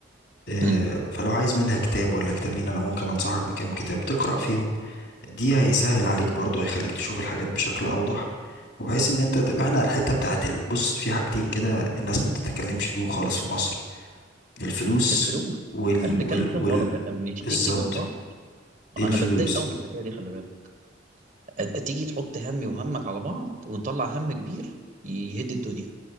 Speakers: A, on the left; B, on the right.
A: آه،
B: امم
A: فلو عايز منها كتاب ولا كتابين انا ممكن انصحك بكام كتاب تقرأ فيهم دي هيسهل عليك برضو هيخليك تشوف الحاجات بشكل اوضح وبحيث ان انت تبقى احنا على الحتة بتاعت ال- بص في حاجتين كده الناس ما بتتكلمش فيهم خالص في مصر الفلوس
B: الفلوس
A: وال
B: احنا بنتكلم
A: وال
B: فيهم
A: وال
B: غلط احنا بنشتكي
A: بالظبط
B: من بعض
A: الفلوس
B: انا بتضايق قوي من الحكايه دي خلي بالك أت- تيجي تحط همي وهمك على بعض ونطلع هم كبير يهد الدنيا